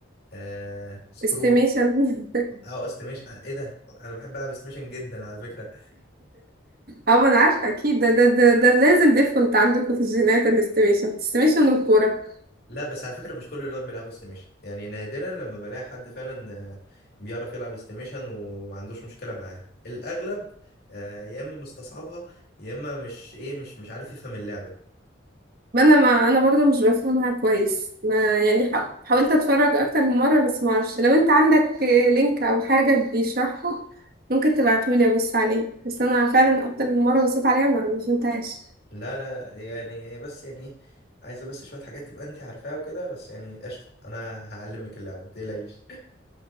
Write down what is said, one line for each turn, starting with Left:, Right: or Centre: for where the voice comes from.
Left: آه، سكرو
Right: استيميشن <laughs>
Left: او استيميشن آه، ايه ده انا بحب العب استيميشن جدا على فكرة
Right: اه ما أنا عارفة أكيد ده ده ده, ده لازم ديفولت عندكم في الجينات الاستيميشن استيميشن والكورة
Left: لا بس على فكرة مش كل الولاد بيلعبوا استيميشن يعني نادرا لما بلاقي حد فعلا آه، بيعرف يلعب استيميشن وما عندوش مشكلة معاها الاغلب آه، يا اما مستصعبها يا اما مش ايه مش مش عارف يفهم اللعبة
Right: ما انا ما انا برضو مش بفهمها كويس ما يعني حا- حاولت اتفرج اكتر من مره بس ما اعرفش لو انت عندك لينك او حاجه بيشرحه ممكن تبعتهولي ابص عليه بس انا فعلا اكتر من مره بصيت عليها ما ما فهمتهاش
Left: لا لا يعني هي بس يعني ايه عايزه بس شويه حاجات تبقى انت عارفاها وكده بس يعني قشطه انا هعلمك اللعبه ما تقلقيش